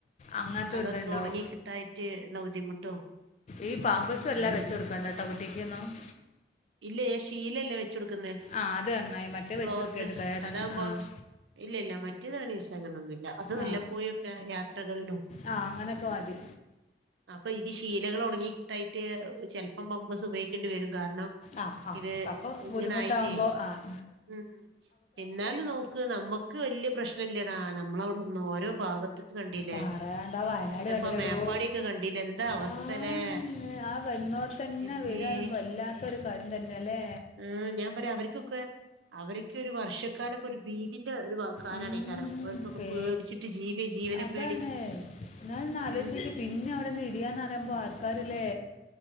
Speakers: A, on the left (about 40°); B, on the right (about 80°).
A: അങ്ങനത്തെ
B: അതൊക്കെ
A: ഒരു ഇതുണ്ടാവും
B: ഒണങ്ങി കിട്ടായിറ്റ് ഉള്ള ബുദ്ധിമുട്ടും
A: ഈ പാമ്പേസ് എല്ലാ
B: അങ്ങനെ
A: വെച്ച് കൊടുക്കണ്ടാട്ടോ കുട്ടിക്കൊന്നും-
B: ഇല്ലേ ശീലല്ലേ വെച്ച് കൊടുക്കുന്നേ-
A: ആഹ് അത് ന്നായി മറ്റേ
B: ക്ലോത്ത്
A: വെച്ചു കൊടുക്കര്ത് കേടാണ്
B: അതാകുമ്പോ
A: ആഹ്.
B: ഇല്ല ഇല്ല മറ്റേതാന് യൂസാക്കനൊന്നുല്ല. അതു വല്ലപ്പോയൊക്കെ
A: ആ
B: യാത്രകളിലും.
A: ആ അങ്ങനൊക്കെ മതി
B: അപ്പൊ ഇത് ശീലകൾ ഉണങ്ങി കിട്ടായിട്ട് ചെലപ്പം പാമ്പസ് ഉപയോഗിക്കേണ്ടി വരും കാരണം
A: ആഹ് ആഹ്
B: ഇത്
A: അപ്പൊ
B: ഇങ്ങനെ
A: ബുദ്ധിമുട്ടാവുമ്പോ
B: ആയിട്ടേ
A: ആഹ്
B: ഉം എന്നാല് നോക്ക് നമ്മുക്ക് വല്യ പ്രശ്നം ഇല്ലടാ നമ്മളവിടെന്ന് ഓരോ ഭാഗത്ത് തൊക്കെ കണ്ടീല്ലേ
A: പറയണ്ട വയനാട്
B: ഞാൻ
A: കണ്ടില്ലടോ
B: ഇപ്പൊ മേപ്പാടി ഒക്കെ കണ്ടീലേ എന്താ അവസ്ഥല്ലേ
A: ആ ന്ന് ആ വന്നോട് തന്നെ
B: എന്റമ്മേ
A: വരാണ് വല്ലാത്ത ഒരു കാര്യം തന്നെയല്ലേ
B: ആഹ് ഞാൻ പറയാ അവർക്കൊക്കെ അവർക്ക് ഒരു വർഷക്കാലൊക്കെ ഒരു ഭീതിന്റെ ഒരു കാരനെക്കാരം
A: ഉം,
B: ഓർക്കൊക്കെ
A: പേ
B: പേടിച്ചിട്ട് ജീവി ജീവന
A: അതാണ്
B: പേടി
A: ഞാൻ ആലോചിക്ക്
B: ഉം
A: പിന്നെ അവിടെന്ന് ഇടിയാന്ന്റിയുമ്പോൾ ആൾക്കാരില്ലേ